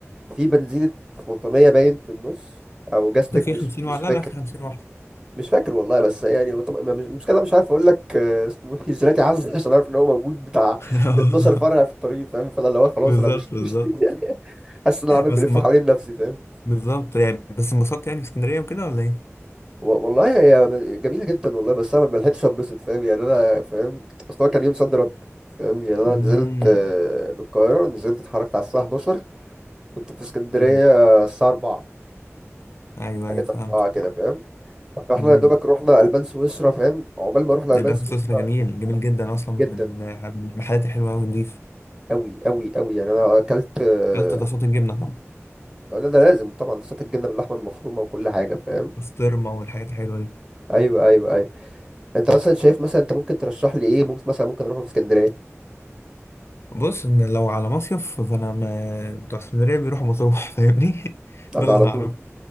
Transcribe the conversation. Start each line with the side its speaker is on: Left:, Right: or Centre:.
Right: في بنزينه وطنيه باين في النص او جاستك
Left: ده في
Right: مش
Left: 50
Right: مش
Left: واحد لا
Right: فاكر
Left: لا في 50 واحد
Right: مش فاكر والله بس يعني طب ما- مش المشكله مش عارف اقول لك آه، اسمه ايه جيلاتي عزة عشان عارف ان هو موجود بتاع
Left: <laughs>
Right: 12 فرع في الطريق فاهم فانا اللي هو خلاص
Left: بالظبط
Right: انا مش
Left: بالظبط
Right: مش <laughs> حاسس ان انا عمال
Left: بس
Right: بلف
Left: م...
Right: حوالين نفسي فاهم
Left: بالظبط يعني بس انبسطت يعني في اسكندريه وكده ولا ايه؟
Right: و- والله هي ب- جميله جدا والله بس انا ما لحقتش اتبسط فاهم يعني انا فاهم اصل هو كان يوم صد رد فاهم يعني انا
Left: امم
Right: نزلت آه، من القاهره نزلت اتحركت على الساعه 11 كنت في اسكندريه
Left: أمم.
Right: آه، الساعه 4
Left: ايوه
Right: 3
Left: ايوه فهمت
Right: 4 كده فاهم فاحنا
Left: فهمت
Right: يا دوبك رحنا البان سويسرا فاهم عقبال ما رحنا
Left: لبنان
Right: البان سويسرا
Left: سويسرا جميل جميل جدا اصلا من
Right: جدا
Left: من المحلات الحلوه قوي نضيف
Right: قوي قوي قوي يعني انا اكلت آه،
Left: اكلت طاسات الجبنه طبعا
Right: لا ده لازم طبعا صوت الجبنه باللحمه المفرومه وكل حاجه فاهم
Left: بسطرمه والحاجات الحلوه دي
Right: ايوه ايوه ايوه انت مثلا شايف مثلا انت ممكن ترشح لي ايه ممكن مثلا ممكن اروح في اسكندريه
Left: بص ان لو على مصيف فانا م... بتوع اسكندريه بيروحوا مطروح <laughs> فاهمني ده
Right: ده
Left: اللي
Right: على
Left: انا
Right: طول
Left: اعرفه